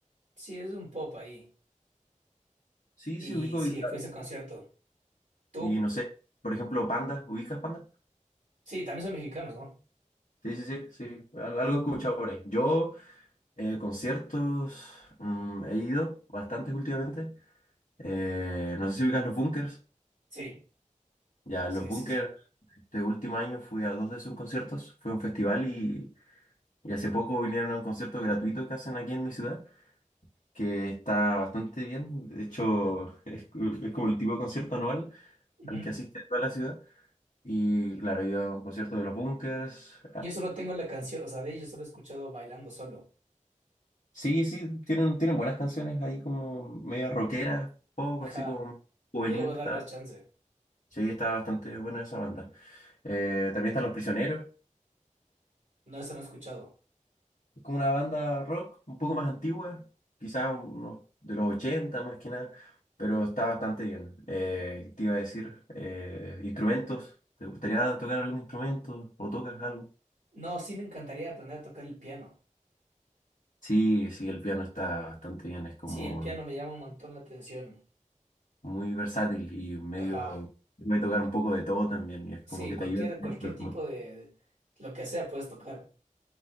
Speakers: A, on the right; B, on the left.
A: sí, es un pop ahí.
B: Sí,
A: Y
B: sí, ubico.
A: sí,
B: y-
A: fui a ese concierto. ¿Tú?
B: Y no sé, por ejemplo, Panda, ¿ubicas Panda?
A: Sí, también son mexicanos, ¿no?
B: Sí, sí, sí, sí, al- algo he escuchado por ahí. Yo, eh, conciertos, mm, he ido bastantes últimamente. Eh, no sé si ubicas los Bunkers.
A: Sí,
B: Ya,
A: sí,
B: los Bunkers,
A: sí, sí.
B: este último año fui a dos de sus conciertos. Fue a un festival y, y hace poco vinieron a un concierto gratuito que hacen aquí en mi ciudad, que está bastante bien. De hecho, <laughs> es, es como el tipo de concierto anual
A: Ujú.
B: al que asiste toda la ciudad. Y claro, he ido a un concierto de los Bunkers,
A: Yo solo tengo la canción, o sea, de ellos solo he escuchado bailando solo.
B: Sí, sí, tienen, tienen buenas canciones ahí como medio rockeras, pop,
A: Ajá,
B: así como juvenil,
A: ya le voy a dar
B: está,
A: más chance.
B: sí, está bastante buena esa banda. Eh, también están Los Prisioneros,
A: No, eso no he escuchado.
B: es como una banda rock un poco más antigua, quizás unos de los 80 más que nada, pero está bastante bien. Eh, te iba a decir, eh, instrumentos, ¿te gustaría tocar algún instrumento o tocas algo?
A: No, sí me encantaría aprender a tocar el piano.
B: Sí, sí, el piano está bastante bien, es como
A: Sí, el piano me llama un montón la atención.
B: muy versátil y medio
A: Ajá,
B: puede tocar un poco de todo también y es
A: sí,
B: como que
A: cualquier,
B: te ayuda también.
A: cualquier
B: pero-
A: tipo de, de- lo que sea puedes tocar.